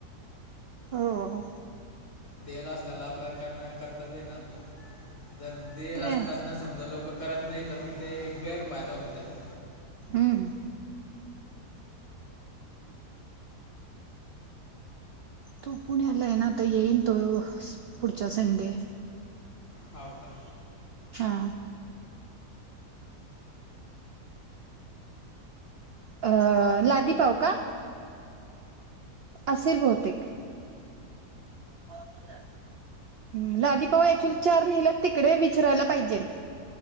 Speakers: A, on the right; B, on the left.
A: हो
B: देला असल्याव आपल्या करण कर्तव्य आहे ना आपलं जर देल
A: तेच
B: असताना समजा लोक करत नाही तर मग ते गैरफायदा होतो त्याचा
A: हम्म तो पुण्याला आहे ना आता येईन तो पुढच्या संडे
B: होव का
A: हा अ लादी पाव का असशीर बौतेिक ह लादीिपाऊ क्चुली चार नल्यात तिकडे विचरायला पाहिजे